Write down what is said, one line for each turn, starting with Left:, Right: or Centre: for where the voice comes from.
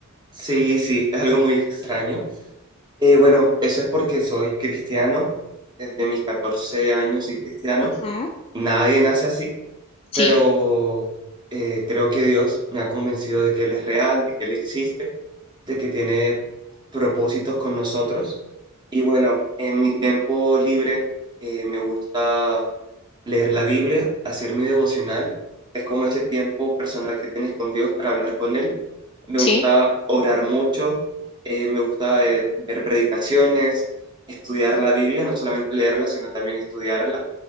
Right: Sí, sí, es algo muy extraño. Eh, bueno, eso es porque soy cristiano, desde mis 14 años soy cristiano.
Left: Ujú,
Right: Nadie nace así,
Left: Sí.
Right: pero eh, creo que Dios me ha convencido de que Él es real, de que Él existe, de que tiene propósitos con nosotros. Y bueno, en mi tiempo libre eh, me gusta leer la Biblia, hacer mi devocional, es como ese tiempo personal que tienes con Dios para hablar con Él. Me
Left: Sí,
Right: gusta orar mucho, eh, me gusta eh, ver predicaciones, estudiar la Biblia, no solamente leerla, sino también estudiarla.